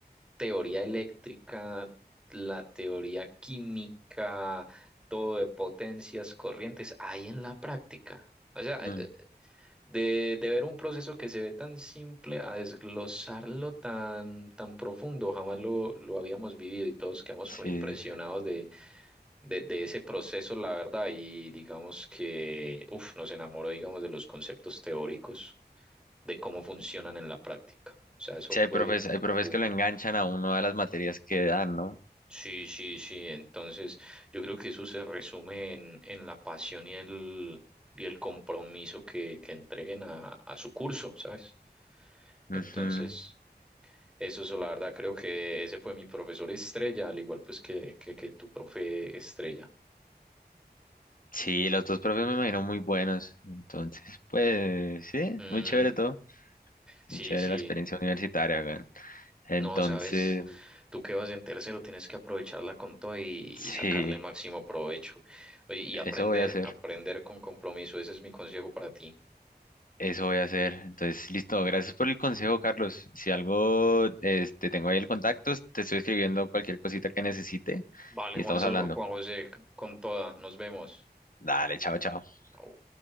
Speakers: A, in the centre; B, on the left.
A: teoría eléctrica, la teoría química, todo de potencias, corrientes, ahí en la práctica. O sea,
B: Mm,
A: De, de ver un proceso que se ve tan simple a desglosarlo tan, tan profundo, jamás lo, lo habíamos vivido y todos quedamos
B: sí,
A: como impresionados de, de, de ese proceso, la verdad, y digamos que uf, nos enamoró, digamos, de los conceptos teóricos, de cómo funcionan en la práctica. O sea, eso
B: sí,
A: fue
B: hay profes, hay profes
A: un boom.
B: que lo enganchan a uno de las materias que dan, ¿no?
A: Sí, sí, sí, entonces yo creo que eso se resume en, en la pasión y el, y el compromiso que, que entreguen a, a su curso, ¿sabes? Entonces...
B: Ujú.
A: Eso es la verdad, creo que ese fue mi profesor estrella, al igual pues que, que, que tu profe estrella.
B: Sí, los dos profes me imagino muy buenos. Entonces, pues sí,
A: Mm,
B: muy chévere todo.
A: sí,
B: Muy chévere
A: sí,
B: la experiencia universitaria acá. Entonces,
A: no, sabes, tú que vas en tercero tienes que aprovecharla con todo y, y
B: sí,
A: sacarle máximo provecho. Oye, y
B: eso
A: aprender,
B: voy a hacer.
A: aprender con compromiso, ese es mi consejo para ti.
B: Eso voy a hacer. Entonces, listo. Gracias por el consejo, Carlos. Si algo, este, tengo ahí el contacto, te estoy escribiendo cualquier cosita que necesite
A: Vale,
B: y
A: Juan,
B: estamos
A: So-
B: hablando.
A: Juan José, con toda, nos vemos.
B: Dale, chao, chao.
A: Au.